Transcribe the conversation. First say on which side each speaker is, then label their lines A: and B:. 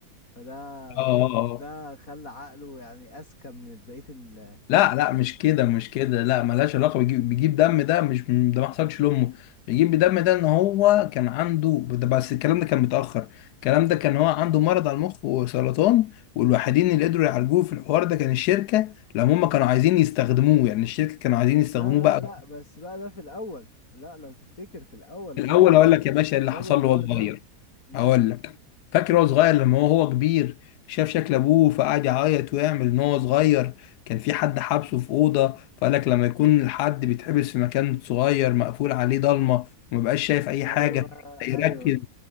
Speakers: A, on the left; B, on the left.
A: فده
B: اه اه
A: وده خلى عقله يعني اذكى من بقية ال
B: لا لا مش كده مش كده لا ملهاش علاقه بيجيب بيجيب دم ده مش ده ما حصلش لامه بيجيب دم ده ان هو كان عنده ده بس الكلام ده كان متاخر الكلام ده كان هو عنده مرض على المخ وسرطان والوحيدين اللي قدروا يعالجوه في الحوار ده كان الشركه لما هم كانوا عايزين يستخدموه يعني الشركه كانوا عايزين يستخدموه
A: لا لا
B: بقى
A: لا بس بقى ده في الاول لا لو تفتكر في الاول
B: في
A: جابوا
B: الاول هقول لك يا باشا إيه اللي
A: جابوا
B: حصل
A: الحوار
B: له وهو صغير
A: ده امم
B: هقول لك فاكر هو صغير لما هو هو كبير شاف شكل ابوه فقعد يعيط ويعمل ان هو صغير كان في حد حابسه في اوضه فقال لك لما يكون الحد بيتحبس في مكان صغير مقفول عليه ضلمه ومبقاش شايف اي
A: ايوه
B: حاجه يركز
A: ايوه